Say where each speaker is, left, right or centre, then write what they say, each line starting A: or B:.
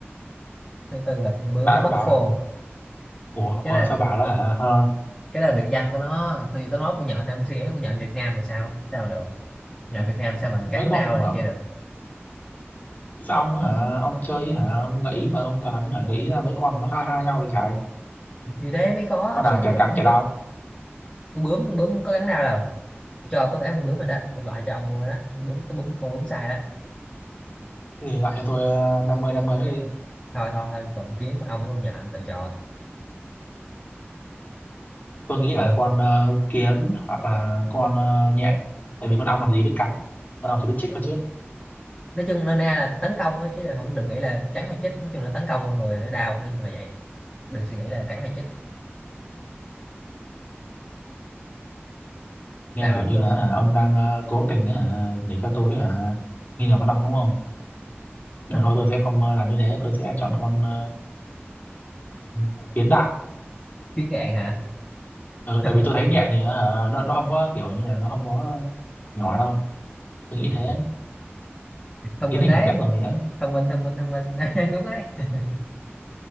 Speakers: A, on the left; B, on the left.
A: thứ tư là con bướm
B: lại
A: móc
B: bắt đầu
A: phô
B: rồi chứ ủa,
A: cái
B: ủa
A: là
B: sao bảo đó hả Hả?
A: cái đó là biệt danh của nó tôi tôi nói con nhện ông suy nghĩ con nhện Việt Nam mà sao sao mà được nhện Việt Nam sao mà
B: mấy
A: cắn
B: con
A: đau này kia được
B: sao ông á hả ông chơi hả ông gợi ý mà ông toàn hả gợi ý ra mấy con mà nó ha ha nhau vậy trời
A: thì thế mới khó
B: con
A: chứ
B: nào chả cắn chả đau
A: con bướm con bướm có cắn đau đâu Tôi cho ông có ném con bướm rồi đó tôi loại cho ông luôn rồi đó Con bướm cái bướm con bướm sai đó
B: Thế thì lại cho tôi ờ, năm mươi năm mươi nữa đi
A: thôi thôi thôi còn kiến con ong với con nhện anh tự chọn
B: tôi nghĩ
A: lộn
B: là con ờ, kiến hoặc là con ờ, nhện tại vì con ong làm gì biết cắn con ong chỉ biết chích thôi chứ
A: nói chung nôm na là tấn công thôi chứ không đừng nghĩ là cắn hay chích nói chung là tấn công con người nó đau nói chung là vậy đừng suy nghĩ là cắn hay chích
B: nghe
A: đau
B: kiểu
A: lắm
B: như
A: luôn
B: là hả ông đang ờ, cố tình hả để cho tôi hả nghi ngờ con ong đúng không nhưng
A: á
B: mà thôi tôi sẽ không ờ, làm như thế tôi sẽ chọn con ờ, ờ, kiến đạn
A: <laughs> kiến gạn hả
B: ừ,
A: <laughs>
B: tại vì tôi thấy nhẹ thì ờ, nó nó không có kiểu như là nó không có nhỏ đâu tôi nghĩ
A: Ừ.
B: thế
A: thông
B: kiến
A: minh
B: thì
A: đấy
B: nhỏ nhất rồi gì đó
A: thông minh thông minh thông minh <laughs> đúng đấy <laughs>